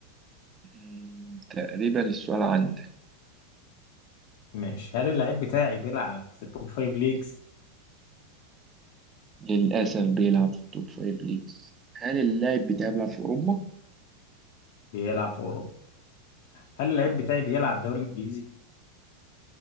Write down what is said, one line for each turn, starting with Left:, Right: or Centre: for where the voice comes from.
Right: مم، تقريبا السؤال عندك
Left: ماشي هل اللعيب بتاعي بيلعب في التوب فايف ليجز
Right: للأسف بيلعب في التوب فايف ليجز هل اللاعب بتاعي بيلعب في أوروبا؟
Left: بيلعب في أوروبا هل اللعيب بتاعي بيلعب دوري إنجليزي